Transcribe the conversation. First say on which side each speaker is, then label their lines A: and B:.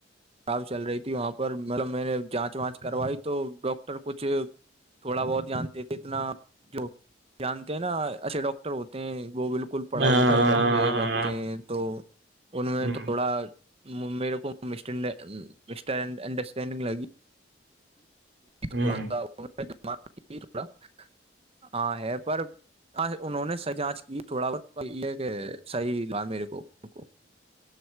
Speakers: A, on the right (about 30°); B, on the right (about 65°).
A: خراب چل رہی تھی وہاں پر مطلب میں نے جانچ وانچ کروائی تو ڈاکٹر کچھ تھوڑا بہت جانتے تھ اتنا جو جانتے ہیں نا ایچھے ڈاکٹر ہوتے ہیں وہ بالکل کل پڑھائی
B: ہاں
A: لکھائی کر کے بنتے ہیں تو ان میں
B: ہوں
A: تھوڑا میرے کو انڈرسٹینڈنگ لگی جڑا
B: ہاں
A: سا تھوڑا ہاں ہے پر ہاں انہوں نے سحی جانچ کی تھوڑا بہت یہ کہ صحیح لا میرے کو ان کو